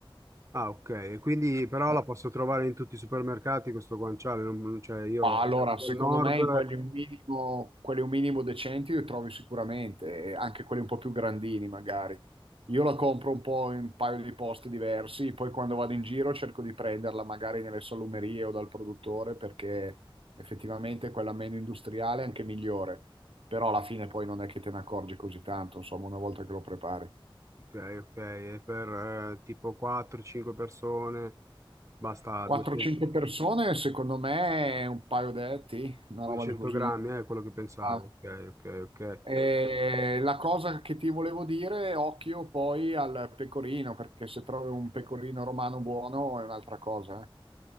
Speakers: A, on the right; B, on the right.
A: Ah, ok. E Quindi però
B: Ah.
A: la posso trovare in tutti i supermercati questo guanciale, non, non- cioè io
B: Ma allora,
A: vado
B: secondo
A: al nord,
B: me in quelli un minimo, quelli un minimo decenti li trovi sicuramente, e anche quelli un po' più grandini magari. Io la compro un po' in un paio di posti diversi, poi quando vado in giro cerco di prenderla magari nelle salumerie o dal produttore perché effettivamente quella meno industriale è anche migliore, però alla fine poi non è che te ne accorgi così tanto, insomma, una volta che lo prepari.
A: ok, ok, e per eh, tipo 4-5 persone basta
B: 4-5
A: 200,
B: persone secondo me un paio detti, una
A: 200
B: roba di così.
A: grammi, è quello che pensavo,
B: Ah.
A: ok, ok, ok.
B: Eh, la cosa che ti volevo dire, occhio poi al pecorino, perché se trovi un pecorino romano buono è un'altra cosa. eh.